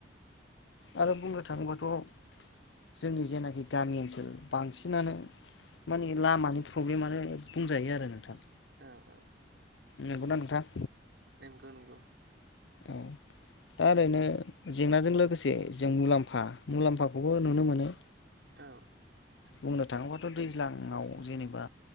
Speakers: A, on the left; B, on the right.
A: आरो बुंनो थाङोबाथ', जोंनि जेनाखि गामि ओनसोल बांसिनानो माने लामानि प्रब्लेमानो बुंजायो आरो नोंथां।
B: औ औ।
A: नंगौना नोंथां?
B: नोंगौ नोंगौ।
A: दा ओरैनो जेंनाजों लोगोसे जों मुलाम्फा मुलाम्फाखौबो नुनो मोनो।
B: औ।
A: बुंनो थाङोबाथ' दैज्लाङाव जेनेबा,